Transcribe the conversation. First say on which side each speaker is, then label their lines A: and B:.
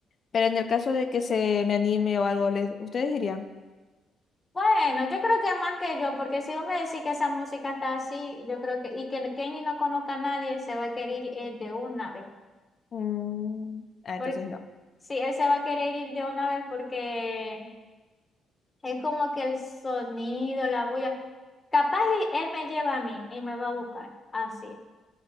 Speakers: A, on the left (about 45°); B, on the left (about 20°).
A: pero en el caso de que se me anime o algo, ¿les- ¿ustedes irían?
B: bueno, yo creo que más que yo, porque si vos me decís que esa música está así, yo creo que, y que Kenny no conozca a nadie, se va a querer ir eh, de una vez.
A: Mm, ah,
B: Porque
A: entonces no.
B: sí, él se va a querer ir de una vez porque es como que el sonido, la bulla. Capaz y él me lleva a mí y me va a buscar, así.